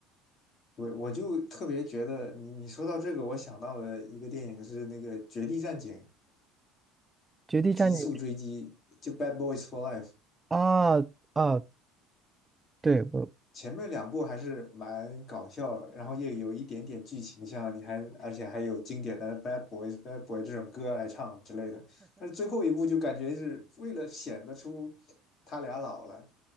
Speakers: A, on the left; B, on the right.
A: 我我就特别觉得你你说到这个，我想到了一个电影是那个《绝地战警：
B: 《绝地战警》
A: 极速追击》，就《Bad Boys for Life》。
B: 啊啊，对，我
A: 前面两部还是蛮搞笑，然后又有一点点剧情像，你还而且还有经典的《Bad Boys》《Bad Boy》这种歌来唱之类的。但是最后一部就感觉是为了显得出他俩老了，